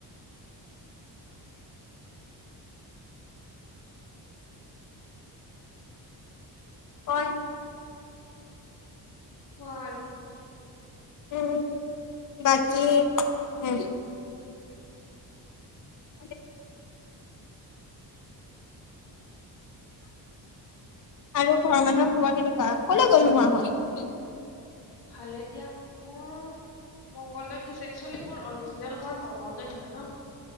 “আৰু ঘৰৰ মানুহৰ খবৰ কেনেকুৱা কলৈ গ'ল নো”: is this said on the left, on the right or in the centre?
Left